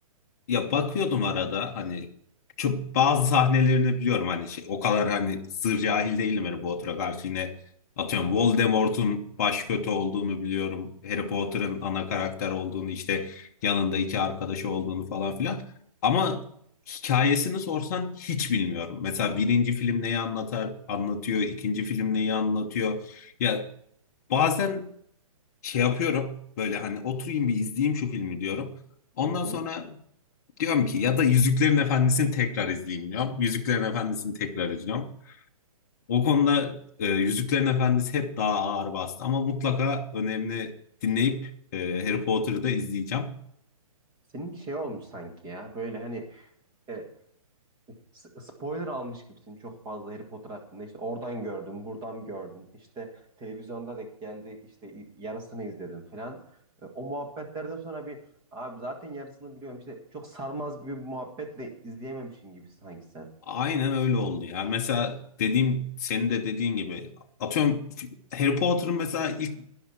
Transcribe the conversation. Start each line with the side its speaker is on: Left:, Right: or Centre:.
Left: Ya bakıyordum arada hani çok bazı sahnelerini biliyorum hani şey, o kadar hani sır cahil değilim Harry Potter'a karşı yine atıyorum Voldemort'un baş kötü olduğunu biliyorum. Harry Potter'ın ana karakter olduğunu işte yanında iki arkadaşı olduğunu falan filan. Ama hikayesini sorsan hiç bilmiyorum. Mesela birinci film neyi anlatar anlatıyor, ikinci film neyi anlatıyor. Ya bazen şey yapıyorum böyle hani oturayım bir izleyeyim şu filmi diyorum. Ondan
Right: hı hı.
Left: sonra Diyorum ki ya da Yüzüklerin Efendisi'ni tekrar izleyeyim diyorum. Yüzüklerin Efendisi'ni tekrar izliyorum. O konuda e, Yüzüklerin Efendisi hep daha ağır bastı ama mutlaka önerini dinleyip e, Harry Potter'ı da izleyeceğim.
Right: Seninki şey olmuş sanki ya. Böyle hani e, S- Spoiler almış gibisin çok fazla Harry Potter hakkında. İşte oradan gördüm, buradan gördün. İşte televizyonda denk geldi, işte i- yarısını izledim falan. E, O muhabbetlerden sonra bir abi zaten yarısını biliyorum. İşte çok sarmaz gibi bir muhabbetle izleyememişsin gibi sanki sen.
Left: Aynen öyle oldu ya. Mesela dediğim senin de dediğin gibi atıyorum Harry Potter'ın mesela ilk